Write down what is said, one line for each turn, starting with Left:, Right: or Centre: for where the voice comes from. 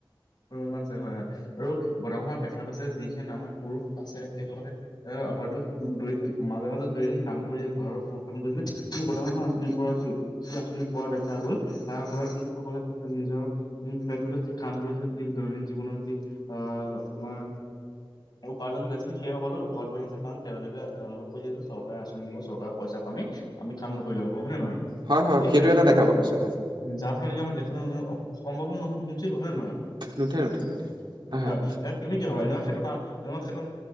Left: অহ, হয়, হয় আৰু বৰ্তমান সময়ত দেখা গৈছে যিখিনি আমাৰ পুৰুষ আছে সেইসকলে এ। হয়তো দুই মাজে-মাজে দুই, এদিন কাম কৰি ঘৰৰ পোহ-পালন কৰিছিলে কিন্তু বৰ্তমান সময়ত। যি আঁচনি পোৱা দেখা গ'ল, তাৰ পৰা যি সকলে নিজৰ নিজে যি কাম কৰিছিল। দৈনন্দিন জীৱনৰ যি আহ তোমাৰ। উপাৰ্জন কৰিছিল সেই সকলো ঘৰত বহি আছে। কাৰণ তেওঁলোকে অনুভৱ কৰিছে যে চৰকাৰে আঁচনি। দিব চৰকাৰৰ পইচা পামে, আমি কাম নকৰিলে হ'ব হয় নে নহয়।
Right: হয় হয় হয়
Left: এই
Right: সেইটো
Left: ক্ষেত্ৰত
Right: এটা
Left: তুমি
Right: দেখা পোৱা গৈছে হয়
Left: যাৰ ফলত নে কি দেশৰ। সম্ভৱো নহয় হয়নে
Right: নুঠে নুঠে নুঠে হয়
Left: নহয়,
Right: হয়
Left: তুমি কি ভবা নহয়। ইটো কাৰণে ক্ষেত্ৰত